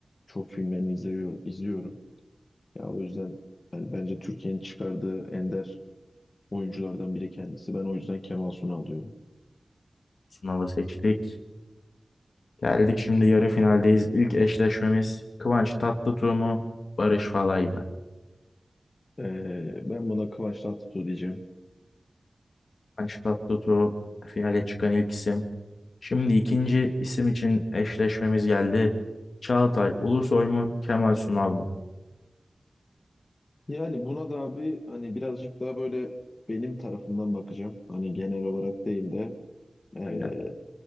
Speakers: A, on the left; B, on the left.
A: çok filmlerini izliyorum, izliyorum. Ya o yüzden yani bence Türkiye'nin çıkardığı ender oyunculardan biri kendisi. Ben o yüzden Kemal Sunal diyorum.
B: Sunal'ı seçtik. Geldik şimdi yarı finaldeyiz. İlk eşleşmemiz Kıvanç Tatlıtuğ mu Barış Falay mı?
A: Ee, ben buna Kıvanç Tatlıtuğ diyeceğim.
B: Kıvanç Tatlıtuğ finale çıkan ilk isim. Şimdi ikinci isim için eşleşmemiz geldi. Çağatay Ulusoy mu Kemal Sunal mı?
A: Yani buna da abi hani birazcık daha böyle benim tarafından bakacağım. Hani genel olarak değil de ee,
B: Aynen.